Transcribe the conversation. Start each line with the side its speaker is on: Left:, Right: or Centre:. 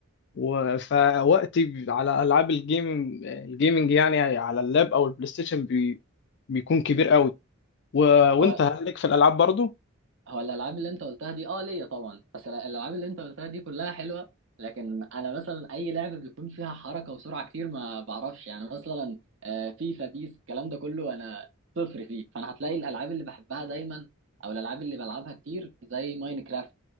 Left: و- فوقتي على ألعاب الجيمنج الجيمنج يعني على اللاب أو البلاي ستيشن بي... بيكون كبير قوي و... وأنت
Right: هو
Left: هل لك في الألعاب برضو؟
Right: هو الالعاب اللي انت قلتها دي اه ليا طبعا بس ال- الالعاب اللي انت قلتها دي كلها حلوه لكن انا مثلا اي لعبه بيكون فيها حركه وسرعه كتير ما بعرفش يعني مثلا آه، فيفا بيس الكلام ده كله انا صفر فيه فانا هتلاقي الالعاب اللي بحبها دايما او الالعاب اللي بلعبها كتير زي ماينكرافت